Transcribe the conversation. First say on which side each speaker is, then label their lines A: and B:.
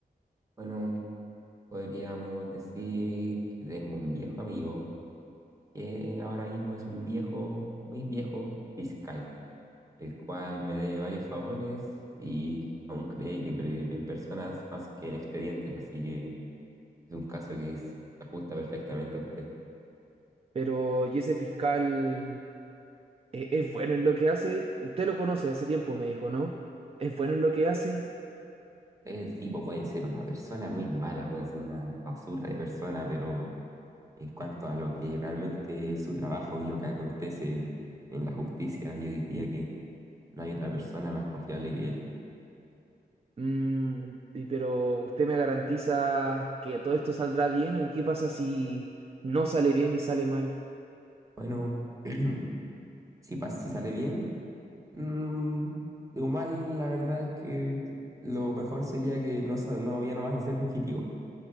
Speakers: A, on the right; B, on the right.
A: Bueno, Podríamos decir que tengo un viejo amigo, que ahora mismo es un viejo, muy viejo fiscal, el cual me dé varios favores y aún cree que per- en personas más que en expedientes, así que es un caso que es- se ajusta perfectamente a usted.
B: Pero y ese fiscal eh, es bueno en lo que hace. Usted lo conoce hace tiempo, me dijo, ¿no? ¿Es bueno en lo que hace?
A: El tipo puede ser una persona muy mala, puede ser una basura de persona, pero en cuanto a lo que realmente es su trabajo y lo que acontece en la justicia, yo diría que no hay otra persona más confiable que él.
B: Mm, y- pero usted me garantiza que todo esto saldrá bien. ¿Y qué pasa si no sale bien y sale mal?
A: Bueno, <clears throat> si pas- si sale bien, mm, digo mal, la verdad es que lo mejor sería que no, sa- no ya no vas a ser fugitivo.